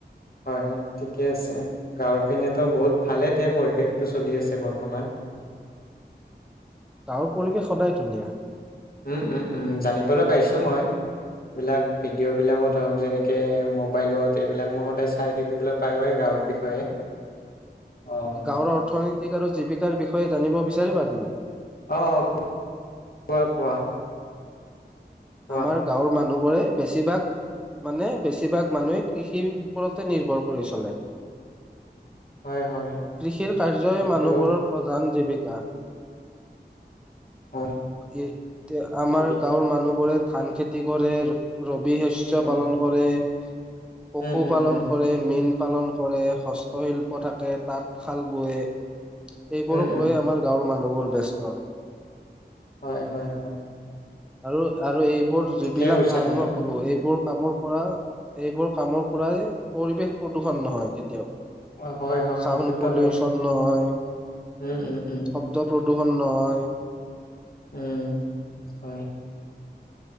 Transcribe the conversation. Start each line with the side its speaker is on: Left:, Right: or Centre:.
Left: হয়, ঠিকে আছে, গাঁৱৰ পিনেতো বহুত ভালেতে পৰিৱেশটো চলি আছে বৰ্তমান। <inaudible>
Centre: গাঁৱৰ পৰিৱেশ সদায় ধুনীয়া।
Left: উম উম উম, জানিবলৈ পাইছো মই, এইবিলাক ভিডিঅ' বিলাকত হওক যেনেক কে মোবাইলত এইবিলাক মই সদায় চাই থাকিবলৈ পাৰোৱেই গাঁৱৰ বিষয়ে। অ',
Centre: গাঁৱৰ অৰ্থনৈতিক আৰু জীৱিকাৰ বিষয়ে জানিব বিচাৰিবা তুমি?
Left: অ' অ', কোৱা কোৱা। কোৱা
Centre: আমাৰ গাঁৱৰ মানুহবোৰে বেছিভাগ মানে বেছিভাগ মানুহে কৃষিৰ ওপৰতে নিৰ্ভৰ কৰি চলে।
Left: হয় হয়
Centre: কৃষিৰ কাৰ্যই
Left: সেইটো
Centre: মানুহবোৰৰ প্ৰধান জিবিকা,
Left: হয়
Centre: এ, আমাৰ
Left: জীৱিকা
Centre: গাঁৱৰ মানুহ ধান খেতি কৰে, ৰবি শস্্য
Left: উম,
Centre: পালন কৰে। পশুপালন
Left: উম, হম, হম,
Centre: কৰে, মীন পালন কৰে, হস্তশিল্প থাকে, তাত খাল বোৱে। এইবোৰক
Left: উম, উম,
Centre: লৈয়ে আমাৰ গাঁৱৰ মানুহবোৰ ব্যস্ত।
Left: হয়, হয়, হয়।
Centre: আৰু, আৰু এইবোৰ যিবিলাক
Left: ঠিকেই কৈছা
Centre: কাম
Left: তুমি
Centre: মই কলো, এইবোৰ কামৰ পৰা, এইবোৰ কামৰ পৰাই পৰিৱেশ প্ৰদূষণ নহয়।
Left: অ', হয় হয়
Centre: চাউড
Left: সেইটোতো
Centre: পলিউচন
Left: হয়ে
Centre: নহয়,
Left: উম, উম, উম,
Centre: শব্দ োহন নহয়।
Left: উম, হয়।